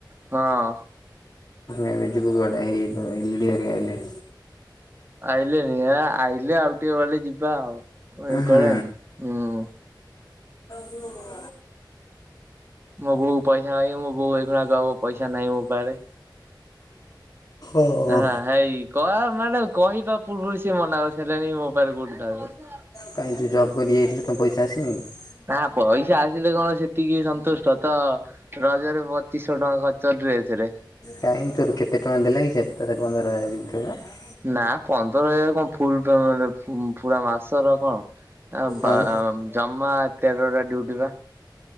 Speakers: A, on the right (about 30°); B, on the left (about 45°).
A: ହଁ।
B: ଏବେ ଯିବୁ କୁଆଡେ ଏଇ ଏଲିଡି ହେରି ଆଇଲେ?
A: ଆଇଲେନି ଆ ଆଇିଲେ ଆଉ ଟିକେ ଗଲେ ଯିବା ଆଉ
B: ହୁଁ
A: କଣ ହୁଁ।
B: ହଁ
A: ମୋ ବୋଉକୁ ପଇସା ମାଗିବି ମୋ ବୋଉ ଏଇଖୁଣା କହିବ ପଇସା ନାହିଁ ମୋ ପାଖରେ।
B: ଓହୋ
A: ହୁଁ ହ ହେଇ କ ମାନେ କହିବା ପୂର୍ବରୁ ସିଏ ମନା କରିସାରିଲାନି ମୋ ପାରେ କୋଉଠି ନାହି ବୋଲି।
B: କାହିଁ ତୁ ଜବ୍ କରି ଯାଇଥିଲୁ କଣ ପଇସ ଆସିନି କି?
A: ନା ପଇସା ଆସିଲେ କଣ ସେତିକି ସନ୍ତୁଷ୍ଟ ତ ରଜରେ ପଚିଶହ ଟଙ୍କା ଖର୍ଚ୍ଚ ଡ୍ରେସରେ।
B: କାହିଁକି ତୋର କେତେ ଟଙ୍କା ଦେଲା କି ସେ ପନ୍ଦର ହଜାର ଦେଇଥିବ ପା?
A: ନା ପନ୍ଦର ହଜାର କଣ ଫୁଲ ପ୍ରେମେଣ୍ଟ ପୁରା ମାସର କଣ। ଆ ବା
B: ଆଉ
A: ଜମା ତେରଟା ଡ୍ୟୁଟି ପା।